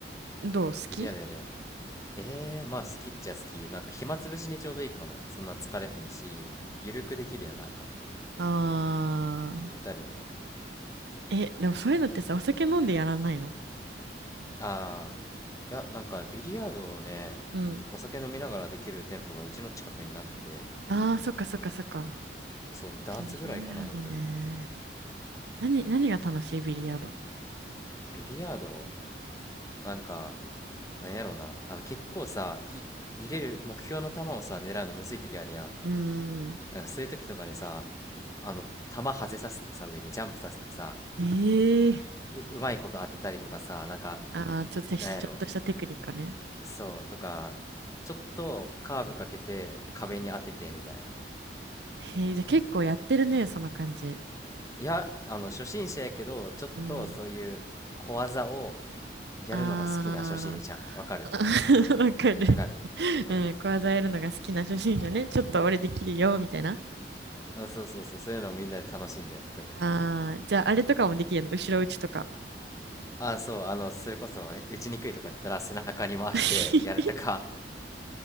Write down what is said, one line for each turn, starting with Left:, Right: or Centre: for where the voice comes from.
Right: どう好き
Left: ビリヤードやるよ。えー、まあ好きっちゃ好き。なんか暇つぶしにちょうどいいかも。そんな疲れへんし、ゆるくできるやん、なんか。
Right: あ
Left: ゆったりね。
Right: ー。え、でもそういうのってさ、お酒飲んでやらないの
Left: あー、いや、なんかビリヤードをね、
Right: うん。
Left: お酒飲みながらできる店舗がうちの近くになくて、
Right: あー、そっかそっかそっか。
Left: そう、ダーツぐらいかな、
Right: ビリヤードね。
Left: 本当に。
Right: 何、何が楽しいビリヤード。
Left: ビリヤードなんか、なんやろな。あの、結構さ、い、入れる目標の球をさ、狙うのむずい時あるやん。
Right: うーん。
Left: なんかそういう時とかにさ、あの、球外させてさ、上にジャンプさせてさ、
Right: えー。
Left: う、うまいこと当てたりとかさ、なんか、
Right: あー、ちょっとちょっとしたテクニックね。
Left: なんやろ、そう、とか、ちょっとカーブかけて壁に当ててみたいな。
Right: へえ、じゃあ結構やってるね、その感じ。
Left: いや、あの、初心者やけど、ちょっとそういう小技を
Right: うん。
Left: やるのが好きな初心者。
Right: あ
Left: わかる
Right: ー、<laughs> わかる。
Left: わかるうん。
Right: うん、小技やるのが好きな初心者ね。ちょっと俺できるよ、みたいな。
Left: あ、そうそうそう、そういうのをみんなで楽しんでやっとる。
Right: ああ、じゃああれとかもできるの後ろ打ちとか。
Left: あ、そう、あの、それこそ、打ちにくいとかやったら背中に回してやるとか、
Right: <laughs>